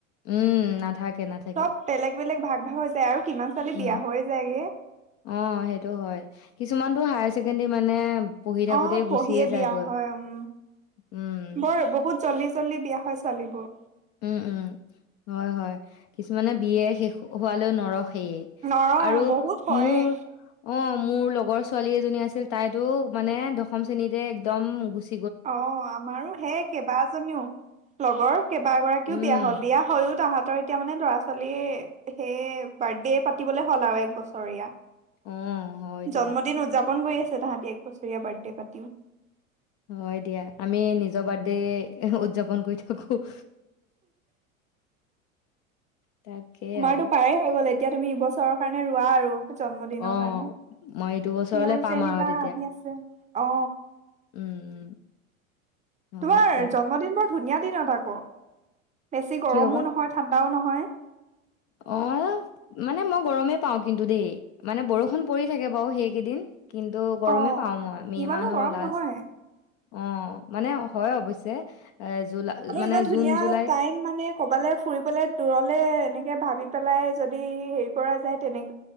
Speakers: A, on the left; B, on the right.
A: উম, নাথাকে নাথাকে
B: চব বেলেগ বেলেগ ভাগ ভাগ হৈ যায় আৰু কিমান ছোৱালী
A: উম
B: বিয়া হৈ যায়গে।
A: অ', সেইটো হয় কিছুমানতটো হায়াৰ ছেকেণ্ডাৰী মানে পঢ়ি থাকোতেই
B: অ',
A: গুচিয়ে
B: পঢ়িয়ে
A: যায়গৈ
B: বিয়া হয় উম,
A: উম
B: বৰ বহুত জলদি জলদি বিয়া হয় ছোৱালীবোৰ।
A: উম, উম, হয়, হয় কিছুমানে বিয়া শেষ হোৱালৈও নৰখ সেইয়
B: নৰয়
A: আৰু
B: বহুত হয়ে
A: মোৰ অ'। মোৰ লগৰ ছোৱালী এজনী আছিল তাইতো মানে দশম শ্ৰেণীতে একদম গুচ
B: অ আমাৰো হেই কেইবাজনীও লগৰ কেইবা এগৰাকীও
A: উম
B: বিয়া হল বিয়া হৈ ও তাহাঁত তোৰ এতিয়া মানে ল'ৰা ছোৱালী সেই বাৰ্থডে পাতিবলে হ'ল আৰু এক বছৰীয়া
A: অ হয় দিয়া
B: জন্মদিন উদযাপন কৰি আছে তাহাঁতি এক বসু <unintelligible> সেয়া বাৰ্থডে' পাতিও
A: হয় দিয়া আমি নিজৰ বাৰ্ডে উদযাপন কৰি থাকো তাকেই
B: তোমাতো
A: আৰু
B: পাৰেই হৈ গ'ল এ এতিয়া তুমি এইবছৰৰ কাৰণে ৰোৱা আৰু জন্মদিনৰ
A: অ
B: কাৰণে
A: মই এইটো বছৰলে
B: মোৰ
A: পাম
B: যেনিবা
A: আৰু তেতিয়া
B: আহি আছে অ
A: উম উম হয়
B: তোমাৰ
A: দিয়া
B: জন্মদিন বা ধুনীয়া দিনত আকৌ বেছি গৰমো
A: কি হবা
B: নহয় ঠাণ্ডাও নহয় হয়
A: অ মানে মই গৰমেই পাও কিন্তু দেই মানে বৰষুণ পৰি থাকে বাৰু সেইকেইদিন কিন্তু গৰমেই
B: অ
A: পাও মই মে
B: ইমানো
A: মাহৰ
B: গৰম
A: লাষ্ট
B: নহয়
A: অ মানে হয় অৱশ্যে এ জুলাই
B: আমি
A: মানে
B: ইমান
A: জুন
B: ধুনীয়া
A: জুলাইত
B: টাইম মানে কবালৈ ফুৰিবলে দূৰলে এনে ভাবি পেলাই যদি হেৰি কৰা যায় তেনেক